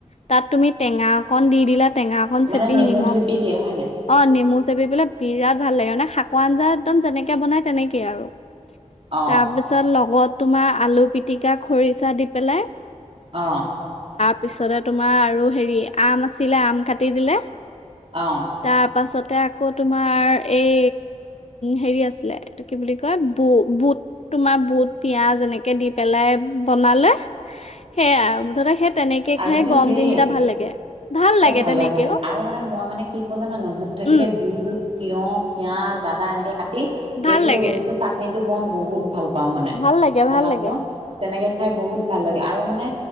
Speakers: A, on the left (about 60°); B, on the right (about 50°).
A: তাত তুমি টেঙা অকণ দি দিলা টেঙা অকণ
B: মানে
A: চেপি
B: নেমু
A: নিমখ,
B: থেপি দিয়ে হয় নাই?
A: অ' নেমু চেপি পেলাই বিৰাট ভাল লাগে মানে! শাকৰ আঞ্জা একদম যেনেকে বনাই তেনেকেইে আৰু।
B: অ',
A: তাৰপিছত লগত তোমাৰ, আলুপিটিকা, খৰিচা দি পেলাই
B: অ'।
A: তাৰ পিছতে তোমাৰ, আৰু হেৰি আম আছিলে, আম কাটি দিলে।
B: অ',
A: তাৰ পাছত। এতিয়া আকৌ তোমাৰ, এই হেৰি আছিলে! এইটো কি বুলি কয় বু-বুট। তোমাৰ বুট পিয়াজ এনেকে দি পেলাই বনালে। সেয়াই আৰু মুঠতে সেই। তেনেকে
B: আজিচোন
A: খাই গৰম
B: ধেই।
A: দিন কেইটা ভাল লাগে ভাল লাগে
B: এ ভালে
A: তেনেকেও
B: ভালে। আৰু মানে মই মানে কি কৰো জানানে বুট থাকিলে
A: উম
B: বুট, তিয়হ, পিয়াঁজ, আদা এনেকে কাটি,
A: ভাল
B: সেইটো-সেইটো
A: লাগে
B: চাটনিটো মই বহুত ভাল পাওঁ মানে!
A: ভাল লাগে
B: চালাডটো
A: ভাল লাগে
B: তেনেকে খাই বহুত ভাল লাগে। আৰু মানে